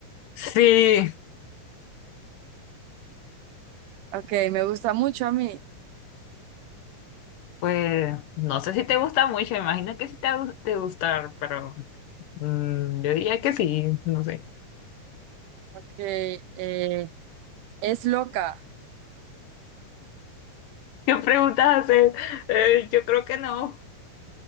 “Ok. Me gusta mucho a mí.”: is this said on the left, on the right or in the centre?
Right